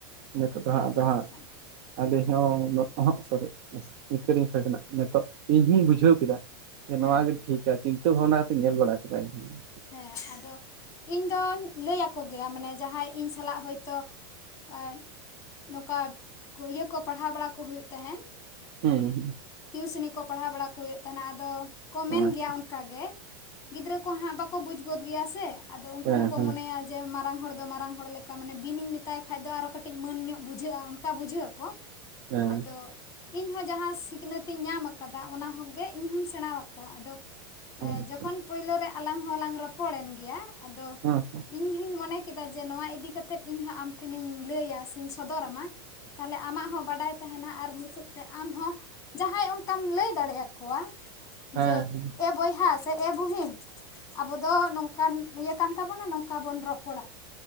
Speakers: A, on the right (about 50°); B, on the left (about 25°).
A: ᱱᱤᱛᱚᱜ ᱫᱚ
B: ᱯᱟᱹᱨᱠᱟᱹᱣ
A: ᱦᱟᱸᱜ ᱟᱫᱚ ᱦᱟᱸᱜ
B: ᱪᱮᱛᱟᱱ
A: ᱟᱞᱤᱧ ᱦᱚᱸ ᱩᱱᱟᱹᱜ ᱫᱚ ᱦᱟᱸᱜ ᱥᱚᱨᱤ ᱤᱱᱠᱟᱹ ᱞᱤᱧ ᱠᱚᱭ ᱠᱟᱱᱟ ᱱᱤᱛᱚᱜ ᱤᱧ ᱦᱚᱧ ᱵᱩᱡᱷᱟᱹᱣ ᱠᱮᱫᱟ ᱡᱮ
B: ᱦᱮᱸ
A: ᱱᱚᱣᱟ ᱜᱮ ᱴᱷᱤᱠᱟ ᱪᱤᱱᱛᱟᱹ ᱵᱷᱟᱵᱽᱱᱟ ᱠᱟᱛᱮᱧ ᱧᱮᱞ ᱵᱟᱲᱟ ᱠᱮᱫᱟ ᱤᱧ ᱦᱚᱸ,
B: ᱦᱮᱸ ᱟᱫᱚ ᱤᱧ ᱫᱚᱧ ᱞᱟᱹᱭ ᱟᱠᱚ ᱜᱮᱭᱟ ᱢᱟᱱᱮ ᱡᱟᱸᱦᱟᱸᱭ ᱤᱧ ᱥᱟᱞᱟᱜ ᱦᱚᱭᱛᱚ ᱮ ᱱᱚᱝᱠᱟ ᱤᱭᱟᱹ ᱠᱚ ᱯᱟᱲᱦᱟᱣ ᱵᱟᱲᱟ ᱠᱚ ᱦᱩᱭᱩᱜ ᱛᱟᱦᱮᱸᱱ,
A: ᱦᱩᱸ
B: ᱴᱤᱭᱩᱥᱤᱱᱤ ᱠᱚ ᱯᱟᱲᱦᱟᱣ ᱵᱟᱲᱟ ᱠᱚ ᱦᱩᱭᱩᱜ ᱛᱟᱦᱮᱱᱟ ᱟᱫᱚ ᱠᱚ
A: ᱦᱮᱸ
B: ᱢᱮᱱ ᱜᱮᱭᱟ ᱠᱟᱜᱮ ᱜᱤᱫᱽᱨᱟᱹ ᱠᱚ ᱦᱟᱸᱜ ᱵᱟᱠᱚ ᱵᱩᱡᱽ ᱜᱚᱫ ᱜᱮᱭᱟ ᱥᱮ ᱟᱫᱚ ᱩᱝᱠᱩ
A: ᱦᱮᱸ
B: ᱦᱚᱸᱠᱚ
A: ᱦᱮᱸ
B: ᱢᱚᱱᱮᱭᱟ ᱡᱮ ᱢᱟᱨᱟᱝ ᱦᱚᱲ ᱫᱚ ᱢᱟᱨᱟᱝ ᱦᱚᱲ ᱞᱮᱠᱟ ᱢᱟᱱᱮ ᱵᱤᱱᱤᱧ ᱢᱮᱛᱟᱭ ᱠᱷᱟᱱ ᱫᱚ ᱟᱨᱚ ᱠᱟᱹᱴᱤᱡ ᱢᱟᱹᱱ ᱧᱚᱜ ᱵᱩᱡᱷᱟᱹᱜᱼᱟ ᱚᱱᱠᱟ ᱵᱩᱡᱷᱟᱹᱜ ᱟᱠᱚ᱾
A: ᱦᱮᱸ
B: ᱟᱫᱚ ᱤᱧᱦᱚᱸ ᱡᱟᱦᱟᱸ ᱥᱤᱠᱷᱱᱟᱹᱛ ᱤᱧ ᱧᱟᱢ ᱠᱟᱫᱟ ᱚᱱᱟ ᱦᱚᱸᱜᱮ ᱤᱧᱦᱚᱧ ᱥᱮᱬᱟ ᱟᱠᱚᱣᱟ ᱟᱫᱚ
A: ᱦᱮᱸ ᱟᱪᱪᱷᱟ
B: ᱡᱚᱠᱷᱚᱱ ᱯᱳᱭᱞᱳ ᱨᱮ ᱟᱞᱟᱝ ᱦᱚᱸᱞᱟᱝ ᱨᱚᱯᱚᱲᱮᱱ ᱜᱮᱭᱟ ᱟᱫᱚ
A: ᱦᱮᱸ ᱦᱮᱸ
B: ᱤᱧ ᱦᱚᱧ ᱢᱚᱱᱮ ᱠᱮᱫᱟ ᱡᱮ ᱱᱚᱣᱟ ᱤᱫᱤ ᱠᱟᱛᱮ ᱤᱧᱦᱚᱸ ᱟᱢ ᱴᱷᱮᱱᱤᱧ ᱞᱟᱹᱭᱟ ᱥᱮᱧ ᱥᱚᱫᱚᱨ ᱟᱢᱟ, ᱛᱟᱦᱚᱞᱮ ᱟᱢᱟᱜ ᱦᱚᱸ ᱵᱟᱰᱟᱭ ᱛᱟᱦᱮᱱᱟ ᱟᱨ ᱢᱩᱪᱟᱹᱫ ᱨᱮ ᱟᱢ ᱦᱚᱸ ᱡᱟᱦᱟᱸᱭ ᱚᱱᱠᱟᱢ ᱞᱟᱹᱭ ᱫᱟᱲᱮᱭᱟ ᱠᱚᱣᱟ
A: ᱦᱮᱸ
B: ᱡᱮ
A: ᱦᱮᱸ
B: ᱮ ᱵᱚᱭᱦᱟ ᱥᱮ ᱮ ᱵᱩᱦᱤᱱ ᱟᱵᱚ ᱫᱚ ᱱᱚᱝᱠᱟᱱ ᱤᱭᱟᱹ ᱠᱟᱱ ᱛᱟᱵᱚᱱᱟ ᱱᱚᱝᱠᱟ ᱵᱚᱱ ᱨᱚᱯᱚᱲᱟ,